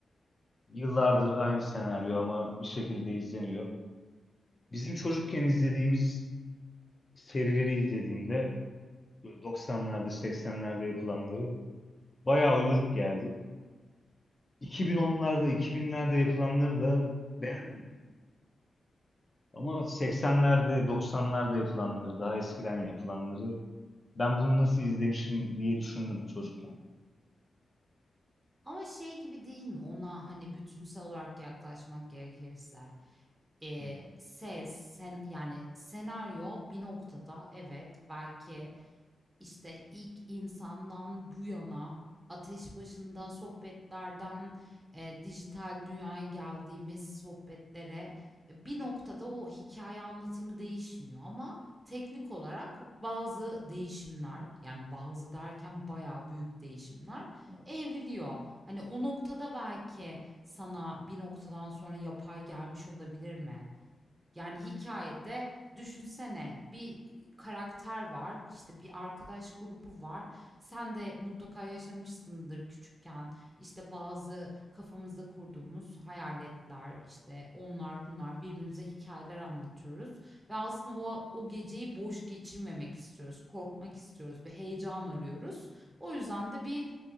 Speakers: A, on the left; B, on the right.
A: yıllardır aynı senaryo ama bir şekilde izleniyor. Bizim çocukken izlediğimiz serileri izlediğimde böyle 90'larda 80'lerde yapılanları bayağı uyduruk geldi. 2010'larda 2000'lerde yapılanları da beğendim. Ama 80'lerde 90'larda yapılanları daha eskiden yapılanları ben bunu nasıl izlemişim diye düşündüm çocukken.
B: Ama şey gibi değil mi? Ona, hani, bütünsel olarak yaklaşmak gerekirse, eee,
A: Hmm.
B: ses, sen yani senaryo bir noktada evet belki işte ilk insandan bu yana ateş başında sohbetlerden, eee, dijital dünyaya geldiğimiz sohbetlere, e, bir noktada o hikaye anlatımı değişmiyor ama teknik olarak bazı değişimler, yani bazı derken bayağı büyük değişimler
A: evet.
B: evriliyor. Hani o noktada belki sana bir noktadan sonra yapay gelmiş olabilir mi? Yani hikayede düşünsene bir karakter var, işte, bir arkadaş grubu var. Sen de mutlaka yaşamışsındır küçükken. İşte, bazı kafamızda kurduğumuz hayaletler, işte, onlar bunlar birbirimize hikayeler anlatıyoruz ve aslında o o geceyi boş geçirmemek istiyoruz, korkmak istiyoruz, bir heyecan arıyoruz. O yüzden de bir